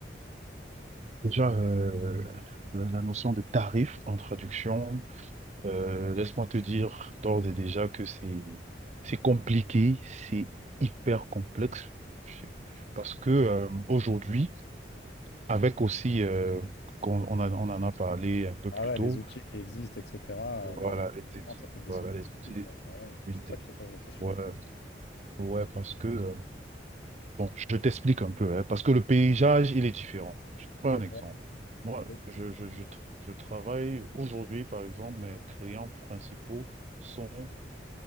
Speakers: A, on the right; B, on the left.
A: Déjà, euh, la la notion de tarif en traduction, euh, laisse-moi te dire d'ores et déjà que c'est c'est compliqué, c'est hyper complexe, C'est- parce que euh, aujourd'hui, avec aussi, euh, qu'on- on, a- on en a parlé un peu
B: Ah
A: plus
B: ouais,
A: tôt,
B: les outils qui existent, etc.
A: voilà,
B: euh, Bah oui,
A: les,
B: forcément, ça fait baisser
A: voilà,
B: le prix
A: les
B: aussi,
A: outils,
B: quoi. Bah ouais,
A: oui,
B: c'est pour
A: des-
B: ça que je te pose la question.
A: voilà, ouais, parce que euh, Bon, je t'explique un peu, hein, parce que le paysage, il est différent. Je te prends
B: D'accord,
A: un exemple. Moi,
B: ok.
A: je, je, je, tra- je travaille aujourd'hui, par exemple, mes clients principaux sont